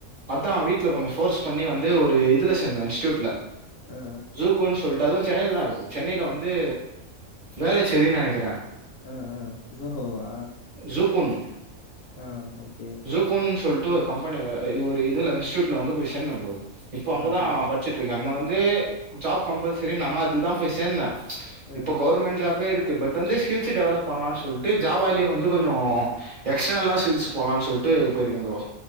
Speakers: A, on the right (about 30°); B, on the left (about 65°).
A: அதான் வீட்ல கொஞ்சோ ஃபோர்ஸ் பண்ணி வந்து ஒரு இதுல சேந்தன் இன்ஸ்ட்டியூட்ல
B: ஆ
A: ஜூக்குன்னு சொல்ட்டு அதுவு சென்னைலதான் இருக்கு சென்னைல வந்து வேளச்சேரின்னு நெனைக்கிற
B: ம் ம் சோஹோவா
A: ஜூக்குன்
B: ம் ஓகே
A: ஜூக்குன்னு சொல்ட்டு ஒரு கம்பெனி இ ஒரு இதுல இன்ஸ்டியூட்ல வந்து போய் சேந்த ப்ரோ இப்போ அங்கதா
B: ஆ ஆ
A: படிச்சுட்டு இருக்கே அங்க வந்து ஜாப் கம்பல்சரின்னாங்க அதுக்கு தா போய் சேந்தே
B: ஆ
A: இப்போ கவுர்மெண்ட் ஜாபே இருக்கு பட் வந்து ஸ்கில்ஸு டெவலப் பண்ணலான்னு சொல்ட்டு ஜாவாலயே வந்து கொஞ்சோ எக்ஸ்டர்னலா சில்ஸ் போலான்னு சொல்ட்டு போயிருக்கே ப்ரோ